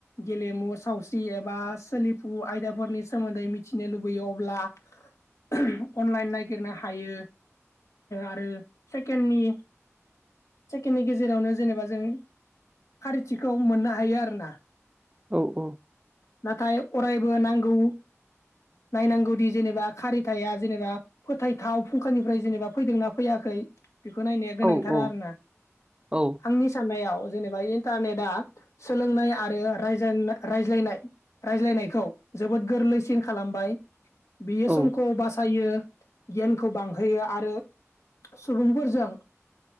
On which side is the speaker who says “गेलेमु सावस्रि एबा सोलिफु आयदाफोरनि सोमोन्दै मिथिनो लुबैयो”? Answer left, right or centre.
Left